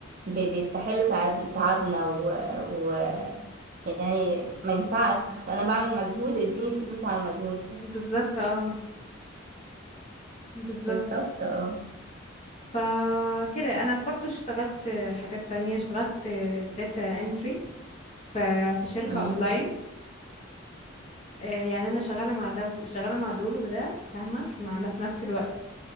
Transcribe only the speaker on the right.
بي- بيستحلوا تعب تعبنا و... و... يعني ما ينفعش أنا بعمل مجهود اديني فلوس على المجهود ده
بالظبط اه
مم.